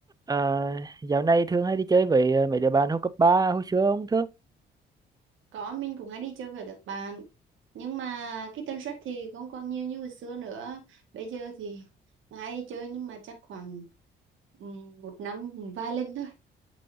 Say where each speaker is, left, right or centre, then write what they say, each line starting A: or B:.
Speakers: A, on the right (about 20°); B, on the right (about 80°).
A: Ờ, dạo này thường hay đi chơi với ờ, mấy đứa bạn hồi cấp 3 hồi xưa không Thước?
B: Có, mình cũng hay đi chơi với các bạn. Nhưng mà cái tần suất thì không còn nhiều như hồi xưa nữa. Bây giờ thì hay đi chơi nhưng mà chắc khoảng ừ, một năm vài lần thôi.